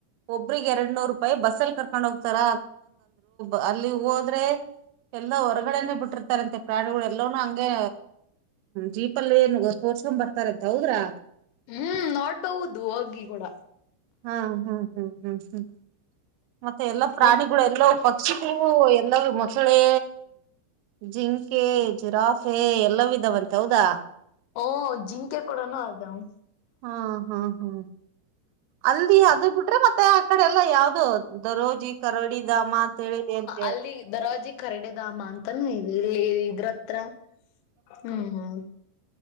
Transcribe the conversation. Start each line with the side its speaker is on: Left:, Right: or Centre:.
Right: ಒಬ್ರಿಗೆ ಎರಡ್ ನೂರ್ ರೂಪಾಯಿ ಬಸ್ಸಲ್ಲಿ ಕರ್ಕೊಂಡ ಹೋಗ್ತಾರ <unintelligible> ಅಲ್ಲಿ ಹೋದ್ರೆ. ಎಲ್ಲ ಹೊರಗಡೆನೆೇ ಬಿಟ್ಟಿರ್ತಾರಂತೆ <unintelligible> ಎಲವನು ಹಂಗೆ ಜೀಪ್. <unintelligible> ತೋರ್ಷಕೊ ಬರ್ತ ಅಂತ ಹೌದ್ರಾ.
Left: ಹ್ಮ್ ನೋಡ್ಬಹುದು ಹೋಗಿ ಕೂಡ.
Right: ಹ್ಮ ಹ್ಮ್ ಹ್ಮ್ ಹ್ಮ್ ಹ್ಮ್ ಮತ್ತೆ ಎಲ್ಲಾ ಪ್ರಾಣಿಗಳು
Left: ನೀ
Right: ಎಲ್ಲ ಪಕ್ಷಿಗಳು ಎಲ್ಲಾವು ಮೊಸಳೆ ಜಿಂಕೆ ಜಿರಾಫ್. ಹೇ <unintelligible> ಎಲ್ಲ ವಿಧವಂತೆ ಹೌದಾ.
Left: ಓಹ್ಹ್ ಜಿಂಕೆಕೊಡನು ಅದವ್
Right: ಹಾ ಹಾ ಹ್ಮ ಅಲ್ಲಿ ಅದು ಬಿಟ್ರೆ ಮತ್ತೆ. ಈ ಕಡೆ ಎಲ್ಲಾ ಯಾವುಧು ದರೋಜಿ ಕರಡಿ ಧಾಮ ಅಂತ ಹೇಳಿದೇಯಂತೆ.
Left: ಅಲ್ಲಿ ದರಾಜಿ ಕರಡೆ ದಾಮ ಅಂತಾನ <unintelligible> ಇದ್ರತ್ರ. ಹ್ಮ್